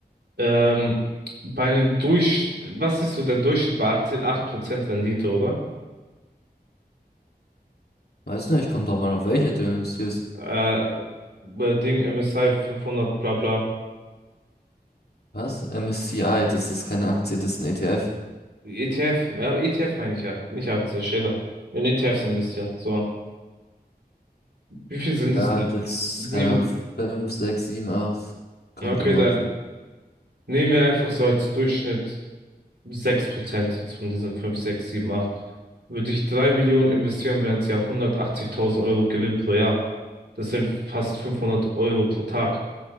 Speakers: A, on the right (about 80°); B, on the left (about 70°).
A: Ähm, bei einem Durch, was ist so der Durchschnitt bei Aktien? acht Prozent Rendite, oder?
B: Weiß nicht, kommt drauf an, auf welche du investierst.
A: Äh, bei Ding MSCI 500, bla bla.
B: Was? MSCI, das ist keine Aktie, das ist ein ETF.
A: ETF, ja, aber ETF meine ich ja, nicht Aktie, Schäfer. In ETFs investieren, so. Wie viel sind
B: Ja,
A: es? denn?
B: das,
A: Sieben.
B: keine Ahnung, 5, 6, 7, 8. Kommt
A: Okay,
B: immer
A: dann
B: auf
A: nehmen wir einfach so als Durchschnitt. 6 Prozent jetzt von diesen 5 6 7 8 würde ich 3 Millionen investieren, wären es ja hundertachtzigtausend Euro Gewinn pro Jahr. Das sind fast 500 Euro pro Tag.